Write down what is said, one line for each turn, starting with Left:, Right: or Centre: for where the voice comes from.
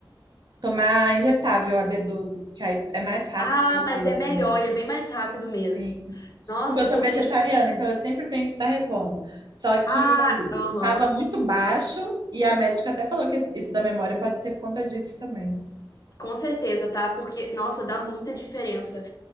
Right: tomar injetável a b doze porque aí é mais rápido
Left: Ah,
Right: o efeito,
Left: mas é melhor
Right: né?
Left: e é bem mais rápido mesmo.
Right: Sim.
Left: Nossa,
Right: Porque eu sou
Left: porque,
Right: vegetariana,
Left: tipo assim.
Right: então eu sempre tenho que estar repondo. Só que
Left: Ah, aham.
Right: estava muito baixo e a médica até falou que isso isso da memória pode ser por conta disso também.
Left: Com certeza, tá? Porque, nossa, dá muita diferença.